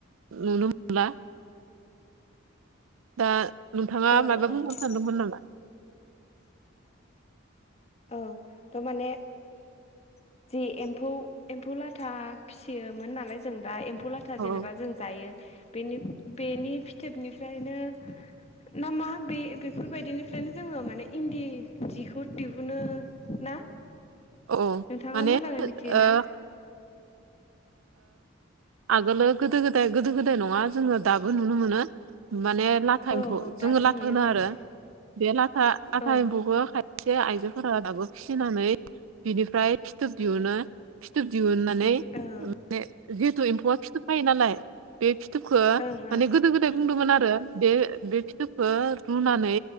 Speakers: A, on the right (about 85°); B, on the left (about 30°).
A: नुनो मोनला दा नोंथांङा
B: औ
A: माबा
B: औ
A: बुंहनो सानदोंमोन नामा
B: औ थारमाने जि एम्फौ एम्फौ लाथा फिसियोमोन नालाय जों दा एम्फौ लाथा
A: औ
B: जेनेबा जों जायो बेनि फिथोबनिफ्रायनो ना मा बे बेफोरबायदिनिफ्रायनो जोंङो माने इन्दि जिखौ दिह ओम ना
A: औ औ
B: नोंथांङा
A: माने
B: मोजांङै मिथियो
A: ओ
B: ना
A: आगोलो गोदो गोदाय गोदो गोदाय नङा जोंङो दाबो नुनो मोनो माने लाथा
B: औ
A: एम्फौ
B: औ दाबो
A: जोंङो लाथा
B: नुयो
A: होनो
B: बांसिन
A: आरो बे लाथा लाथा
B: ओं
A: एम्फौखौाय खायसे आइजोफोरा दाबो फिसिनानै बिनिफ्राय फिथोब दिहुनो फिथोब दिहुननानै
B: ओं
A: माने जिहेतु एम्फौआ फिथोब फायो नालाय बे फिथोबखो
B: ओं ओं
A: माने गोदो गोदाय फिथाइ बुंदोंमोन आरो बे बे फिथोबखौ रुनानै